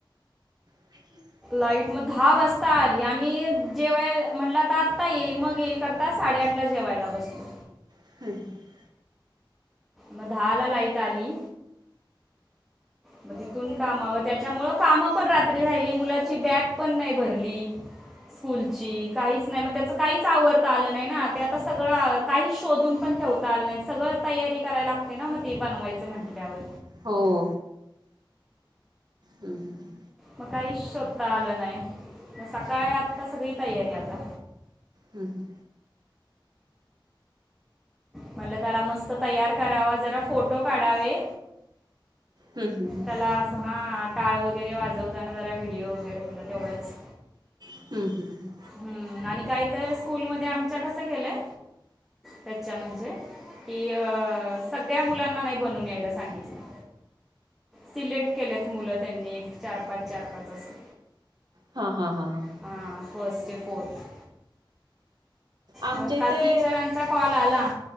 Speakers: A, on the right (about 50°); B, in the centre.
A: <inaudible>
B: लाईट म दहा वाजता आली. आम्ही जेव्हाय म्हणला आता आता येईल, मग येईल, करता. साडेआठला जेवायला बसलो.
A: <unintelligible>
B: म दहाला लाईट आली मग तिथून कामावं. त्याच्यामुळ कामं पण रात्री राहिली. मुलाची बॅग पण नाही भरली स्कूलची. काहीच नाही. मग त्याच काहीच, आवरता आलं नाही ना. ते आता सगळं, आ काही शोधून पण ठेव ता आलं नाही. सगळं तयारी करायला लागते ना. मग ती बनवायचं म्हंटल्यावर.
A: होओ. हं, हं.
B: मग काहीच, शोधता आलं नाही. मग सकाळी आता, सगळी तयारी आता.
A: ह, हं.
B: म्हणलं, त्याला मस्त तयार करावा. जरा फोटो काढावे.
A: ह ह
B: त्याला असं, हा. टाळ वगैरे वाजवताना. जरा व्हिडिओ वगैरे, म्हणलं तेवढंच.
A: हम्म, हम्, हम्.
B: हम्म आणि काही तर स्कूलमध्ये आमच्या, कसं केलंय त्याच्या म्हणजे. की, अ सगळ्या मुलांना, नाही बनून यायला सांगितलं. सिलेक्ट केल्यात मुलं त्यांनी. एक चार - पाच, चार - पाच असं.
A: हा, हा, हा, हा.
B: हा, फस्ट ते फोर्थ.
A: आमच्या
B: मग
A: इथे
B: काल टीचरांचा कॉल आला.